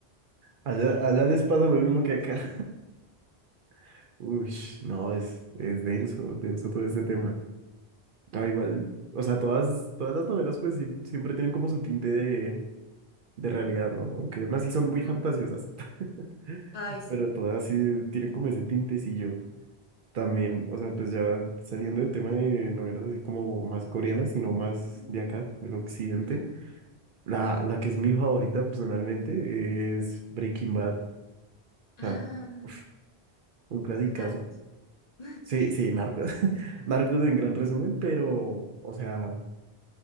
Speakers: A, on the right (about 60°); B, on the left (about 45°).
A: Allá, allá les pasa lo mismo que acá. <laughs> Uy, no, es, es denso, denso todo este tema. No, igual, o sea, todas, todas las novelas pues sí- siempre tienen como su tinte de, de realidad, ¿no? Aunque unas sí son muy
B: Ujú.
A: fantasiosas, <laughs>
B: Ay, sí.
A: pero todas sí tienen como ese tintecillo. También, o sea, pues ya saliendo del tema de novelas así como más coreanas, sino más
B: Ujú,
A: de acá, del occidente,
B: ujú.
A: la, la que es mi favorita personalmente es Breaking Bad. O
B: Ah,
A: sea, uf, Un clasicazo.
B: narcos. <laughs>
A: Sí, sí, Narcos. <laughs> Narcos en gran resumen, pero, o sea,